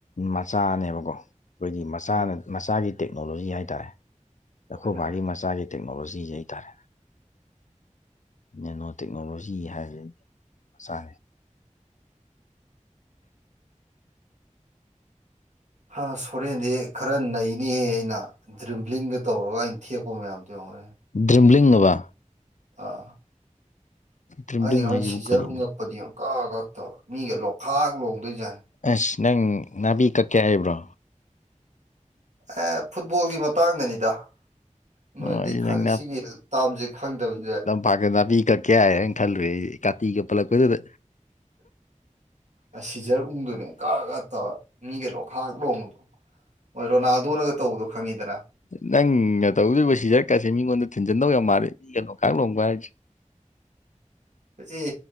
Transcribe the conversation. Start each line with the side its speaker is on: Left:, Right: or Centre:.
Left: ꯃꯆꯥꯅꯦꯕꯀꯣ ꯑꯩꯈꯣꯏꯒꯤ ꯃꯆꯥꯅ
Right: ꯎꯝ
Left: ꯃꯆꯥꯒꯤ ꯇꯦꯛꯅꯣꯂꯣꯖꯤ ꯍꯥꯏꯇꯥꯔꯦ ꯑꯩꯈꯣꯢꯕꯥꯒꯤ
Right: ꯍꯣꯏꯅꯦ ꯍꯣꯏꯅꯦ
Left: ꯃꯆꯥꯒꯤ ꯇꯦꯛꯅꯣꯂꯣꯖꯤꯁ ꯍꯥꯏꯇꯥꯔꯦ ꯅꯦꯅꯣ ꯇꯦꯛꯅꯣꯂꯣꯖꯤ ꯍꯥꯏꯕꯁꯤꯗꯤ ꯃꯆꯥꯅꯦ
Right: ꯍꯥꯁ ꯁꯣꯔꯦꯟꯁꯦ ꯈꯔ ꯅꯩ ꯅꯦꯍꯦ ꯑꯩꯅ ꯗ꯭ꯔꯤꯝꯕ꯭ꯂꯤꯡꯒ ꯇꯧꯔꯒ ꯑꯩꯅ ꯊꯦꯛꯄ ꯃꯌꯥꯝꯗꯣꯡ ꯌꯦꯡꯉꯣ
Left: ꯗ꯭ꯔꯤꯝꯂꯤꯡꯑꯕ
Right: ꯑꯥ
Left: ꯗ꯭ꯔꯤꯝꯂꯤꯡ
Right: ꯑꯩꯅ
Left: ꯍꯥꯏꯁꯤꯕꯨ
Right: ꯁꯤꯖꯔ
Left: ꯀꯔꯤꯅꯣ
Right: ꯎꯪꯉꯛꯄꯗꯤ ꯑꯃꯨꯛ ꯀꯛ ꯀꯛ ꯇꯧꯔꯦ ꯃꯤꯒ ꯂꯣꯛꯈꯥꯛ ꯂꯣꯡꯗꯣꯏꯖꯥꯠꯅꯤ
Left: ꯑꯁ ꯅꯪ ꯅꯥꯕꯤ ꯀꯛꯀꯦ ꯍꯥꯏꯔꯤꯕ꯭ꯔꯣ
Right: ꯑꯦ ꯐꯨꯠꯕꯣꯜꯒꯤ ꯃꯇꯥꯡꯗꯅꯤꯗ ꯅꯣꯏꯗꯤ
Left: ꯑꯣ ꯑꯩꯗꯤ ꯅꯪ
Right: ꯁꯤꯒꯤ ꯇꯥꯝꯁꯦ ꯈꯪꯗꯕꯁꯦ
Left: ꯂꯥꯝꯄꯥꯛꯇ ꯅꯥꯄꯤ ꯀꯛꯀꯦ ꯍꯥꯏꯅ ꯈꯜꯂꯨꯔꯦ ꯑꯩ ꯀꯥꯇꯤꯒꯛ ꯄꯜꯂꯛꯄꯗꯨꯗ
Right: ꯑꯁ ꯁꯤꯖꯔ ꯎꯪꯗꯣꯏꯅꯦ ꯀ ꯀ ꯇꯧꯔ ꯃꯤꯒ ꯂꯣ ꯈꯔꯍꯥꯛ ꯂꯣꯡꯕꯗꯣ ꯍꯣꯏ ꯔꯣꯅꯥꯜꯗꯣꯅꯒ ꯇꯧꯕꯗꯣ ꯈꯪꯉꯤꯗꯅ
Left: ꯅꯪꯅ ꯇꯧꯗꯣꯏꯕ ꯁꯤꯖꯔꯀꯁꯤꯦ ꯃꯤꯉꯣꯟꯗ ꯊꯤꯟꯖꯟꯗꯧ ꯌꯥꯝ ꯃꯥꯜꯂꯦ ꯃꯤꯒ ꯂꯣꯡꯈꯥꯛ ꯂꯣꯡꯒ ꯍꯥꯏꯔꯤꯁꯦ
Right: ꯑꯦ